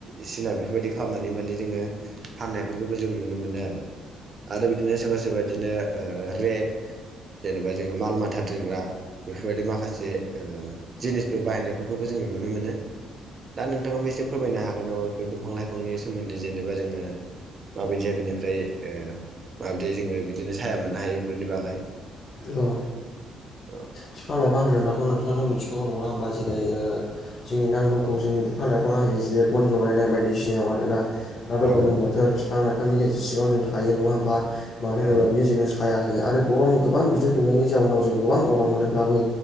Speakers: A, on the right (about 40°); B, on the left (about 55°).
A: इसिना बेफोरबायदि खालामनानै माने जोङो फाननायफोरखौबो जों नुनो मोनो आरो आरो बिदिनो सोरबा सोरबा बिदिनो ओ रेक जेनेबा जोङो माल माथा दोनग्रा बेबायदि माखासेनि ओ जिनिसफोर बाहायनायफोरखौबो जों नुनो मोन दा नोंथाङा बे फोरमायनो हागोन नामा बेफोर दंफां लाइफांनि सोमोन्दै जेनेबा जोङो माबायदिया बेनिफ्राय ओ माबायदि जोङो बिदिनो साया मोननो हायो बेफोरनि बागै
B: औ
A: औ
B: बिफां लाइफां होनोब्लाथ' नोंथाङाथ' मिथिखागौ नङा होमबा जेरै ओ जोंनि नांगौखौ
A: औ
B: जोङो बिफां लाइफां बिफाङा होयो जे फन जलायनाय बायदिसिनायाव आरो ना दाथ'
A: औ
B: गोलोम बोथोर बिफां लाइफांनि गेजेर सिङाव जों थायो नङा होमबा मानो होनोब्ला
A: औ
B: बियो जों साया होयो आरो गरम गोबां बिदुं दुंनायनि जाउनाव जों गोबां गरम मोनोब्लाबो